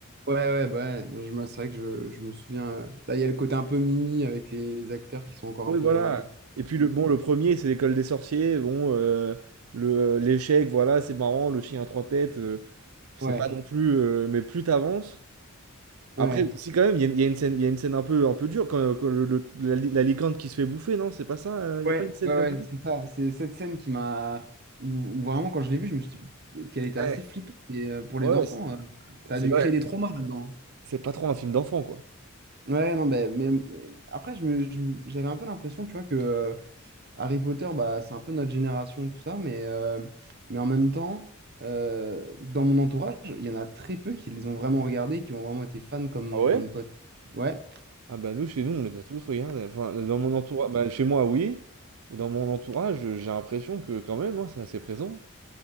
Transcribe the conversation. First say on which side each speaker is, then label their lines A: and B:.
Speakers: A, on the right (about 50°); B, on the right (about 85°).
A: ouais, ouais, bah ouais, je, me- c'est vrai que je, je me souviens. euh, Là, il y a le côté un peu Mimi avec les, les acteurs qui sont encore
B: Oui,
A: un peu,
B: voilà.
A: un peu.
B: Et puis le bon, le premier, c'est l'école des sorciers. Bon, euh, le euh, l'échec, voilà, c'est marrant. Le chien à trois têtes, euh, c'est
A: Ouais,
B: pas non plus. euh, mais plus t'avances.
A: ouais.
B: Après, si quand même, il y, a il y a une scène, il y a une scène un peu, un peu dure quand, quand le- le- la, li- la licorne qui se fait bouffer, non? C'est pas ça? euh, Il
A: Ouais,
B: y a pas une scène
A: ouais,
B: comme
A: ouais,
B: ça?
A: c'est ça. C'est cette scène qui m'a. Où, où vraiment, quand je l'ai vue, je me suis dit qu'elle était
B: Ouais,
A: assez flippante. Et euh, pour les
B: ouais,
A: enfants,
B: c'est
A: euh, ça
B: c'est-
A: a dû créer
B: ouais,
A: des traumas là-dedans.
B: c'est pas trop un film d'enfant, quoi.
A: Ouais, non, ben, mais, mais après, je me, je me- j'avais un peu l'impression, tu vois, que euh, Harry Potter, bah, c'est un peu notre génération, tout ça, mais, euh, mais en même temps, euh, dans mon entourage, il y en a très peu qui les ont vraiment regardés, qui ont vraiment été fans comme,
B: Ah ouais?
A: comme toi. Ouais.
B: Ah bah nous, chez nous, on les a tous regardés. Enfin, dans mon entourage, bah, chez moi, oui. Et dans mon entourage, j'ai l'impression que quand même, hein, c'est assez présent.